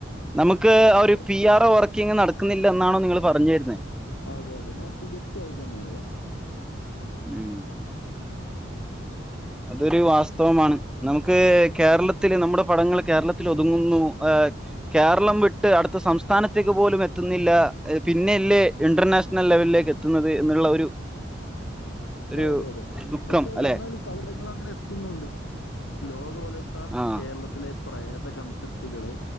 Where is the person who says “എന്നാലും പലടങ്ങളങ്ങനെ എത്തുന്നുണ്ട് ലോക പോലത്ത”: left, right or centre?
Left